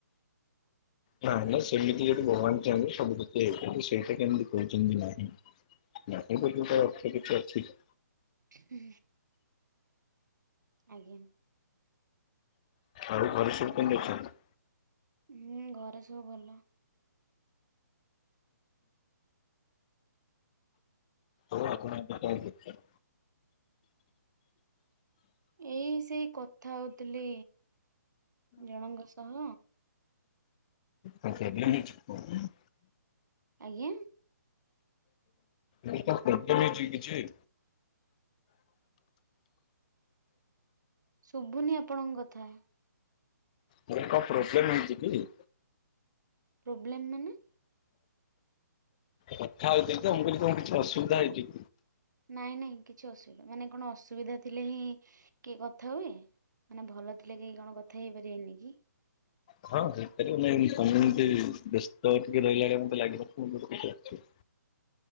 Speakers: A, on the left; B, on the right.
A: ନାଇ ନାଇ ସେମିତି ଯଦି ଭଗବାନ ଚାହିଁବେ ସବୁକିଛି ହେଇ ପା ସେଇଟା କେମିତି କହୁଛନ୍ତି ନାହିଁ ନାଟ ଗୁଟୁଙ୍କ ଅର୍ଥ କିଛି ଅଛି କି?
B: ହୁଁ। ଆଜ୍ଞା।
A: ଆଉ ଘରେ ସବୁ ପଲ ଅଛନ୍ତି।
B: ଉଁ ଘରେ ସବୁ ଭଲ।
A: ଆଉ ଆପଣ ଏବେ କଣ କରୁଚନ୍ତି?
B: ଏଇ ସେଇ କଥା ହଉଥିଲି ଜଣଙ୍କ ସହ।
A: କଣ ପ୍ରୋବ୍ଲେମ ହେଇଛି କଣ?
B: ଆଜ୍ଞା।
A: <unintelligible> କଣ ହେଇଚିକି କିଛି?
B: ଶୁଭୁନି ଆପଣଙ୍କ କଥା।
A: ମୁଁ କହିଲି କଣ ପ୍ରୋବ୍ଲେମ୍ ହେଇଚି କି?
B: ପ୍ରୋବ୍ଲେମ୍ ମାନେ।
A: କଥା ହେଉଥିଲି ତ ମୁଁ କହିଲି କଣ କିଛି ଅସୁବିଧା ହେଇଚି।
B: ନାଇଁ ନାଇଁ କିଛି ଅସୁବିଧା ମାନେ କଣ ଅସୁବିଧା ଥିଲେ ହିଁ କିଏ କଥା ହୁଏ? ମାନେ ଭଲ ଥିଲେ କେହି କଣ କଥା ହେଇପାରିବେନି କି?
A: ହଁ ହେଇପାରିବେ ନାଇଁ କାମୁନୁଟି ବ୍ୟସ୍ତ ଟିକେ ରହିଲା ଭଳିଆ ମତେ ଲାଗିିଲା <unintelligible>